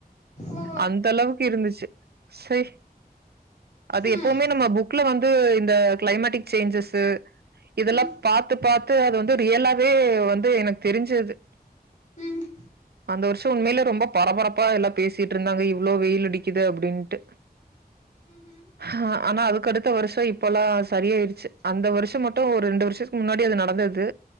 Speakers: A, on the left; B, on the right.
A: ஓ
B: அந்த அளவுக்கு இருந்துச்சு சய் அது
A: ம்
B: எப்பவுமே நம்ம புக்ல வந்து இந்த கிளைமேட்டிக் சேஞ்சஸ்சு இதெல்லாம்
A: ம்
B: பாத்து பாத்து அது வந்து ரியலாவே வந்து எனக்கு தெரிஞ்சது
A: ம்
B: அந்த வருஷம் உண்மையில ரொம்ப பரபரப்பா எல்லாம் பேசிட்டு இருந்தாங்க இவ்வளோ வெயில் அடிக்குது அப்படின்ட்டு
A: ம்ஹும்
B: ஹ ஆனா அதுக்கடுத்த வருஷம் இப்பல்லாம் சரியாயிடுச்சு அந்த வருஷம் மட்டும் ஒரு ரெண்டு வருஷத்துக்கு முன்னாடி அது நடந்தது